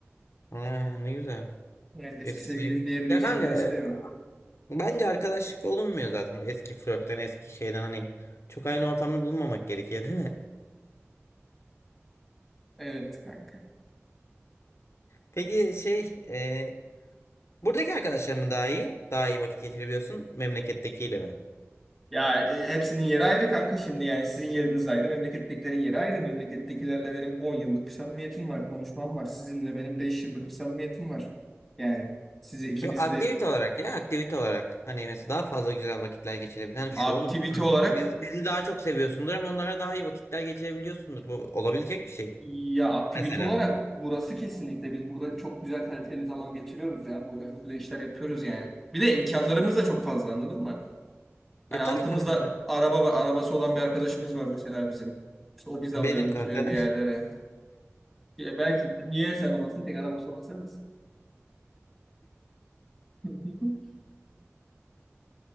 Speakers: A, on the left; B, in the centre.
A: Ha, ne güzel.
B: Evet eski
A: Eski
B: sevgilim
A: sevgili.
B: diyebileceğim
A: Ya kanka
B: birisi de yok.
A: Bence arkadaşlık olunmuyor zaten. Böyle Eski flörtten, eski şeyden hani çok aynı ortamda bulunmamak gerekiyor değil mi?
B: Evet kanka.
A: Peki şey, e, buradaki arkadaşlar mı daha iyi? Daha iyi vakit geçirebiliyorsun memlekettekiyle mi?
B: Ya e, hepsinin yeri ayrı kanka şimdi yani sizin yeriniz ayrı, memlekettekilerin yeri ayrı. Memlekettekilerle benim 10 yıllık bir samimiyetim var, konuşmam var. Sizinle benim 5 yıllık bir samimiyetim var. Yani size ikiniz
A: Yok aktivite
B: de
A: olarak ya aktivite olarak. Hani mesela daha fazla güzel vakitler geçirebilen hani
B: aktivite
A: şu oğlum kanka,
B: olarak
A: biz, bizi daha çok seviyorsundur ama onlara daha iyi vakitler geçirebiliyorsundur. Bu olabilecek bir şey.
B: ya aktivite
A: Mesela.
B: olarak burası kesinlikle biz burada çok güzel kaliteli zaman geçiriyoruz ya. Burada çok güzel işler yapıyoruz yani. Bir de imkanlarımız da çok fazla anladın mı? Hani
A: Ya
B: altımızda
A: tabii kanka.
B: araba var, arabası olan bir arkadaşımız var mesela bizim. İşte o bizi
A: Benim
B: alıyor götürüyor
A: kanka.
B: bir yerlere.
A: <laughs>
B: Ya belki niye sen olasın tek arabası olan sen <laughs>